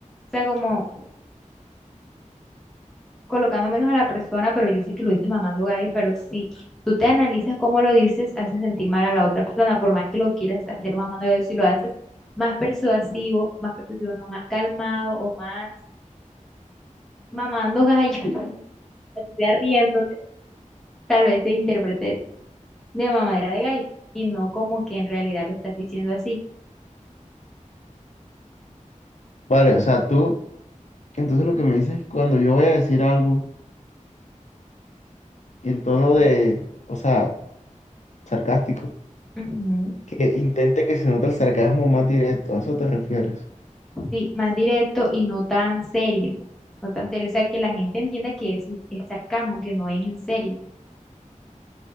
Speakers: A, in the centre; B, on the left.
A: sea, como colocando menos a la persona, pero yo sé que lo dices mamando gallo, pero si tú te analizas cómo lo dices, hace sentir mal a la otra persona, por más que lo quieras hacer mamando gallo, si lo haces más persuasivo, más persuasivo, no más calmado o más mamando gallo, <laughs> así sea riéndote, tal vez se interprete de mamadera de gallo y no como que en realidad lo estás diciendo así.
B: Vale, o sea, tú, entonces lo que me dices es que cuando yo voy a decir algo en tono de, o sea, sarcástico,
A: Ujú, ujú.
B: que intente que se note el sarcasmo más directo, a eso te refieres,
A: Sí, más directo y no tan serio, no tan serio, o sea, que la gente entienda que es, es sarcasmo, que no es en serio.